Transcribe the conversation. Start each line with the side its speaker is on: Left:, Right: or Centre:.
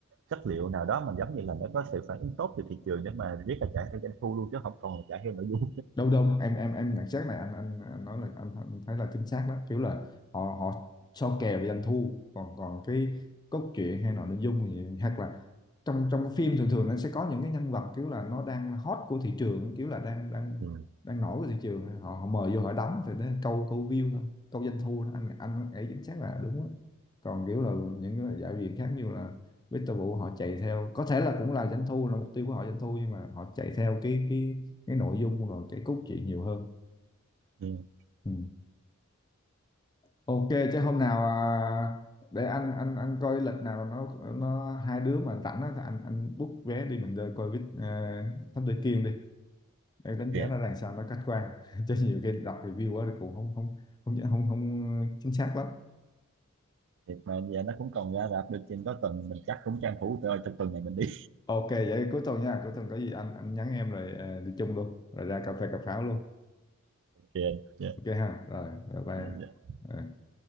Right: chất liệu nào đó mà giống như là nó có sự phản ứng tốt từ thị trường để mà riết là chạy theo doanh thu luôn chứ không còn là chạy theo nội dung
Left: đâu đâu em em em nhận xét này anh anh, anh nói là anh, anh thấy là chính xác đó kiểu là họ họ so kè về doanh thu còn còn cái cốt truyện hay nội nội dung gì hoặc là trong trong cái phim thường thường nó sẽ có những cái nhân vật kiểu là nó đang hot của thị trường kiểu là đang đang
Right: Ừ.
Left: đang nổi của thị trường họ, họ mời vô họ đóng thì nó câu câu view thôi câu doanh thu đó. anh anh ấy chính xác là đúng á còn kiểu là những cái đạo diễn khác như là Victor Vũ họ chạy theo có thể là cũng là doanh thu là mục tiêu của họ doanh thu nhưng mà họ chạy theo cái cái cái nội dung và cái cốt truyện nhiều hơn
Right: Ừ.
Left: ừ. ok chứ hôm nào à, để anh anh anh coi lịch nào nó nó hai đứa mà rảnh á thì anh anh book vé đi mình đi coi với uh, Thám Tử Kiên đi để đánh
Right: Thì
Left: giá nó rằng sao nó khách quan <laughs> chứ nhiều khi đọc review quá thì cũng không không không không không chính xác lắm
Right: thì mà giờ nó cũng còn ra rạp được trên có tuần mình chắc cũng tranh thủ rồi trong tuần này mình đi
Left: ok vậy cuối tuần nha cuối tuần có gì anh anh nhắn em rồi ờ, đi chung luôn rồi ra cà phê cà pháo luôn
Right: <laughs> kìa dạ
Left: ok ha rồi rồi bye
Right: dạ dạ.
Left: Ờ.